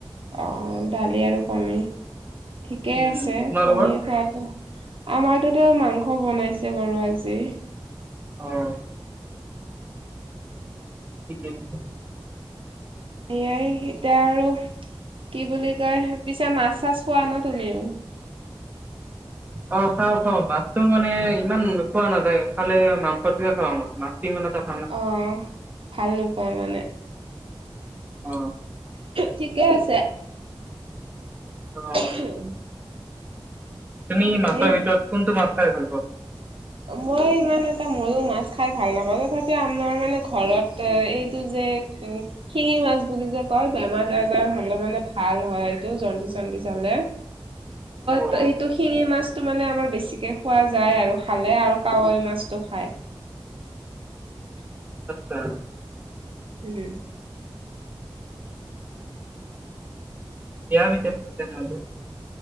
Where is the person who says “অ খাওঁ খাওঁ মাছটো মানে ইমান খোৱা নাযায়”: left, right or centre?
Right